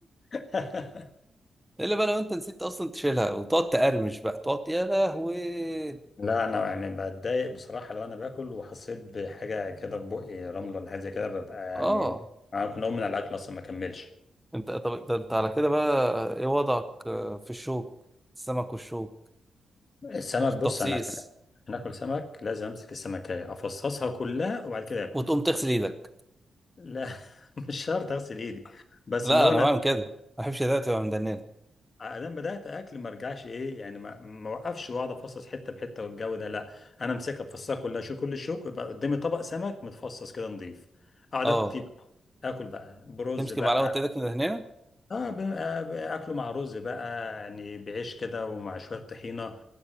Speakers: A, on the left; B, in the centre.
A: <laughs>
B: <laughs> الا بقى لو انت نسيت اصلا تشيلها وتقعد تقرمش بقى تقعد يا لهوي
A: لا أنا يعني بتضايق بصراحة لو أنا باكل وحسيت بحاجة كده في بقي رمل ولا حاجة زي كده ببقى يعني
B: اه
A: أنا ممكن أقوم من على الأكل أصلا ما أكملش
B: انت طب ده انت على كده بقى ايه وضعك آه، في الشوك السمك والشوك
A: السمك
B: في
A: بص
B: التفصيص
A: أنا عشان هناكل سمك لازم أمسك السمكية أفصصها كلها وبعد كده آكل
B: وتقوم تغسل ايدك
A: لا <laughs> مش شرط أغسل إيدي بس
B: لا
A: اللي هو
B: انا
A: أنا
B: بعمل كده ما بحبش ايدي تبقى مدننه
A: انا بدات اكل ما ارجعش ايه يعني ما ما اوقفش واقعد افصص حته بحته والجو ده لا انا امسكها افصصها كلها شو كل الشوك يبقى قدامي طبق سمك متفصص كده نضيف اقعد
B: اه
A: اكل فيه بقى اكل بقى برز
B: تمسك
A: بقى
B: معلقه وتدك من هنا
A: اه ب- آه، ب- اكله مع رز بقى يعني بعيش كده ومع شويه طحينه